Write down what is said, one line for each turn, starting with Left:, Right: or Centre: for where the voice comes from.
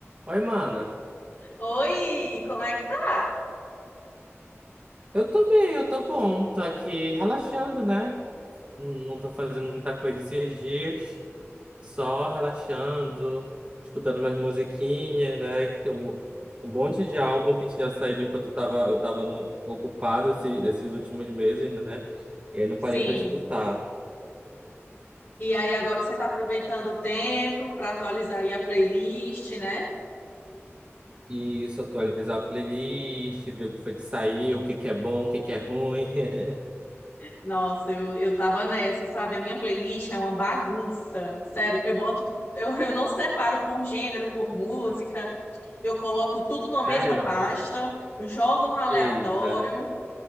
Right: Oi, mana.
Left: Oi, como é que tá?
Right: Eu tô bem, eu tô bom. Tô aqui relaxando, né? Não não tô fazendo muita coisa esses dias. Só relaxando, escutando minhas musiquinhas, né? Que Tem um, um monte de álbum que tinha saído enquanto eu tava, eu tava no- ocupado esse- esses últimos meses, né? E aí não
Left: Sim.
Right: parei pra escutar.
Left: E aí, agora você tá aproveitando o tempo para atualizar aí a playlist, né?
Right: E Isso, atualizar a playlist, ver o que foi que saiu, o que que é bom, o que que é ruim. <laughs>
Left: Nossa, eu, eu tava nessa, sabe? A minha playlist é uma bagunça. Sério, eu boto, eu, eu não separo por gênero, por música, eu coloco tudo na mesma
Right: Sério?
Left: pasta, jogo no aleatório,
Right: Eita.